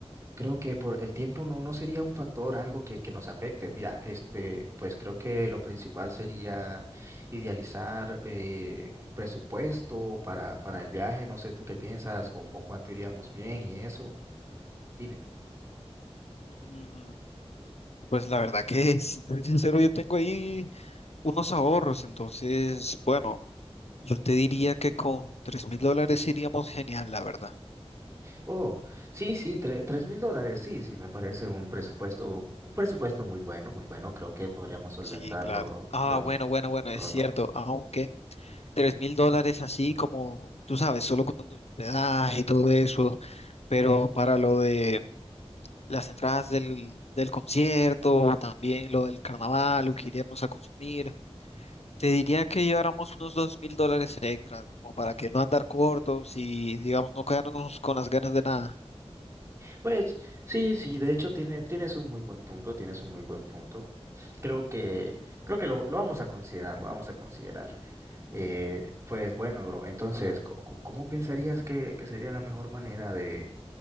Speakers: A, on the right; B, on the left.
A: Creo que por el tiempo no, no sería un factor, algo que, que nos afecte. Mira, este, pues creo que lo principal sería idealizar eh, un presupuesto para, para el viaje. No sé tú qué piensas, con, con cuánto iríamos bien y eso. Tú- tú Dime.
B: Mm, Pues la verdad que, <laughs> si te soy sincero, yo tengo ahí unos ahorros, entonces, bueno, yo te diría que con tres mil dólares iríamos genial, la verdad.
A: Oh, sí, sí, tre- tres mil dólares. Sí, sí, me parece un presupuesto, un presupuesto muy bueno, muy bueno. Creo que podríamos solventarlo
B: Sí, claro. Ah,
A: lo,
B: bueno, bueno, bueno,
A: todo,
B: es cierto,
A: todo.
B: aunque tres mil dólares así como, tú sabes, solo contando el hospedaje y todo eso, pero para lo de las entradas del, del concierto, también lo del carnaval, lo que iríamos a consumir, Te diría que lleváramos unos dos mil dólares extra, como para que no andar cortos y, digamos, no quedarnos con las ganas de nada.
A: Pues sí, sí, de hecho tiene, tienes un muy buen punto, tienes un muy buen punto. Creo que, creo que lo, lo vamos a considerar, lo vamos a considerar. Eh, pues bueno, bro, entonces, co- co- ¿cómo pensarías que, que sería la mejor manera de,